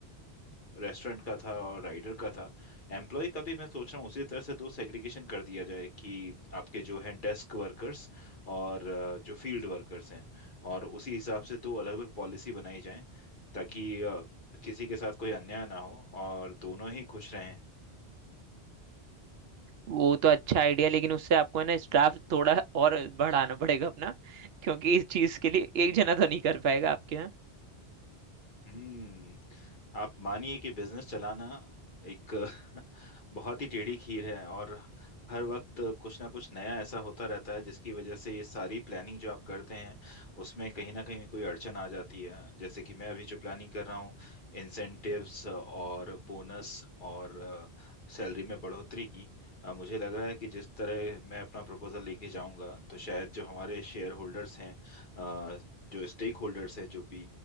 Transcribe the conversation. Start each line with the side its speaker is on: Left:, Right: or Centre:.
Left: रेस्टोरेंट का था और राइडर का था एम्प्लॉय का भी मैं सोच रहा हूँ उसी तरह से दो सेग्रीगेशन कर दिया जाए कि आपके जो हैं डेस्क वर्कर्स और अ, जो फील्ड वर्कर्स हैं और उसी हिसाब से दो अलग अलग पॉलिसी बनाई जाए ताकि अ, किसी के साथ कोई अन्याय ना हो और दोनों ही खुश रहें
Right: वो तो अच्छा आइडिया लेकिन उससे आपको है ना स्टाफ थोड़ा और बढ़ाना पड़ेगा अपना क्योंकि इस चीज के लिए एक जना तो नहीं कर पाएगा आपके यहाँ
Left: हम्म आप मानिए कि बिजनेस चलाना एक <laughs> बहुत ही टेढ़ी खीर है और हर वक्त कुछ ना कुछ नया ऐसा होता रहता है जिसकी वजह से ये सारी प्लानिंग जो आप करते हैं उसमें कहीं ना कहीं कोई अड़चन आ जाती है जैसे कि मैं अभी जो प्लानिंग कर रहा हूँ इंसेंटिव्स और बोनस और सैलरी में बढ़ोतरी की अ, मुझे लग रहा है कि जिस तरह मैं अपना प्रपोजल लेके जाऊंगा तो शायद जो हमारे शेयर होल्डर्स हैं अ, जो स्टेक होल्डर्स हैं जो भी